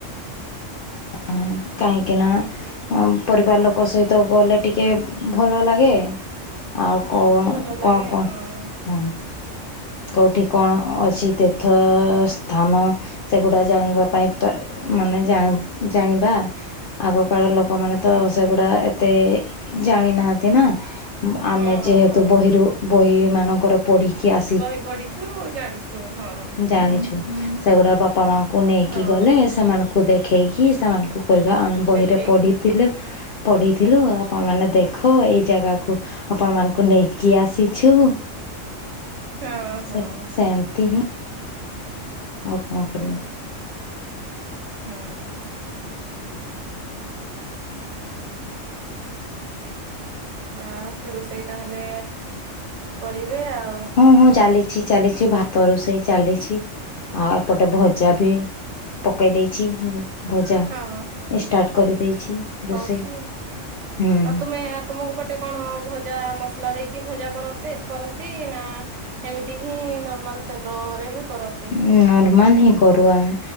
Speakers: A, on the left; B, on the right.
A: ହୁଁ, କାହିଁକି ନା ପରିବାର ଲୋକ ସହିତ ଗଲେ ଟିକେ ଭଲ ଲାଗେ। ଆଉ କ'ଣ
B: ଭଲ
A: କ'ଣ
B: ଲାଗେ
A: କ'ଣ,
B: ହଁ।
A: ହୁଁ। କୋଉଠି କ'ଣ ଅଛି ତୀର୍ଥ ସ୍ଥାନ? ସେଗୁଡା ଜାଣିବା ପାଇଁ ପା ମାନେ ଜା ଜାଣିବା ଆଗ କାଳ ଲୋ କମାନେ
B: ହୁଁ
A: ତ ସେଗୁଡ଼ା
B: ହୁଁ
A: ଏତେ ଜାଣି ନାହାନ୍ତି ନା। ଆମେ
B: ହଁ
A: ଯେହେତୁ
B: ହଁ
A: ବହିରୁ ବହି ମାନଙ୍କରୁ ପଢିକି ଆସ
B: ବହି ପଢିଛୁ ଜାଣିଛୁ ହଁ।
A: ଜାଣିଛୁ ସେଗୁଡ଼ା ବାପା ମାଆଙ୍କୁ ନେଇକି
B: ହଁ
A: ଗଲେ ସେମାନଙ୍କୁ ଦେଖେଇକି ସେମାନଙ୍କୁ କହିବା ଆମେ ବହିରେ
B: ଦେଖେଇଛୁ
A: ପଢ଼ିଥିଲୁ
B: ହଁ
A: ପଢ଼ିଥିଲୁ ଆପଣମାନେ ଦେଖ ଏଇ ଜାଗାକୁ ଆପଣ ମାନଙ୍କୁ ନେଇକି ଆସିଛୁ।
B: ହଁ, ହଁ।
A: ସେ ସେମିତି ହିଁ ଆଉ କ'ଣ କରିବି?
B: ହୁଁ। ଆଉ ରୋଷେଇ ତାହେଲେ କରିବେ ଆଉ।
A: ହଁ, ହଁ, ଚାଲିଛି ଚାଲିଛି ଭାତ ରୋଷେଇ ଚାଲିଛି ଆଉ ଏପଟେ ଭଜା ଭି ପକେଇ ଦେଇଛି ଭଜା
B: ହଁ।
A: ଷ୍ଟାର୍ଟ କରିଦେଇଛି। ରୋଷେଇ
B: ହଉଛି,
A: ହୁଁ।
B: ଆଉ ତୁମେ ତୁମ ପଟେ କ'ଣ ଭଜା ମସଲା ଦେଇକି ଭଜା କରନ୍ତି କରନ୍ତି ନା ଏମିତି ହିଁ ନର୍ମାଲ ତେଲ ରେ କରନ୍ତି।
A: ନର୍ମାଲ ହିଁ କରୁ ଆମେ।